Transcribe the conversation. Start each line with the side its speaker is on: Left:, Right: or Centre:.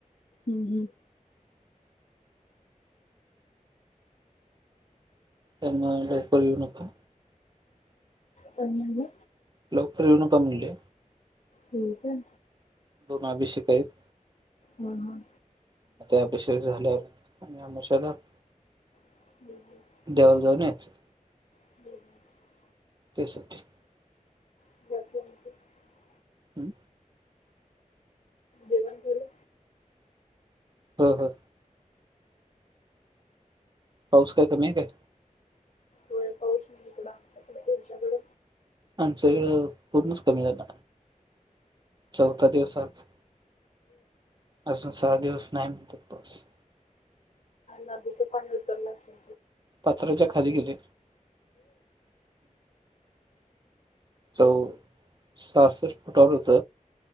Left: हम् हम्.
Right: त्यांना लई पळवू नका.
Left: कोण म्हणलं?
Right: लवकर येऊ नका म्हणल.
Left: होय का?
Right: दोन अभिषेक आहेत.
Left: हो ह.
Right: आता अभिषेक झाल्यावर आणि अमावस्यला -
Left: <unintelligible> <unintelligible>
Right: देवाला जाऊन यायचं.
Left: <unintelligible>
Right: त्यासाठी.
Left: <unintelligible>
Right: हां
Left: जेवण केलं?
Right: हो, हो, पाऊस काय कमी आहे काय?
Left: होय. पाऊस थांबला. तुमच्याकड?
Right: आमच्या इकडं पूर्णच कमी झाला. चौथा दिवस आज. अजून सहा दिवस नाही पाऊस
Left: नदीचं पाणी उतरलं असेल.
Right: पात्राच्या खाली गेल. चौ सहासष्ट फुटावर होत.